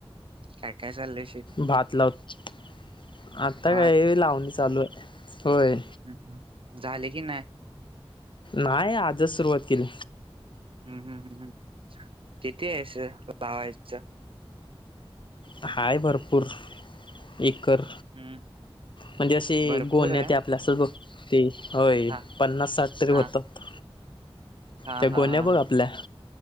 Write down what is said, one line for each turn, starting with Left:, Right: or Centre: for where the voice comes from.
Right: काय काय चालय?
Left: भात लावत. आता
Right: भात
Left: काही लावणी चालू आहे होय.
Right: हम्म झाले की नाही?
Left: नाही आजच सुरुवात केली.
Right: ह् हम् ह् हम किती आहेसं लावायचं?
Left: हाय भरपूर एक. कर
Right: हम्म
Left: म्हणजे असे
Right: भरपूर
Left: गोणेत
Right: आहे
Left: आपल्या असंच बघते. होय
Right: हा
Left: पन्नास साठ तरी होतात.
Right: हा हा
Left: त्या
Right: हा
Left: गोन्या
Right: हा
Left: बघ
Right: हा
Left: आपल्या
Right: हम्म.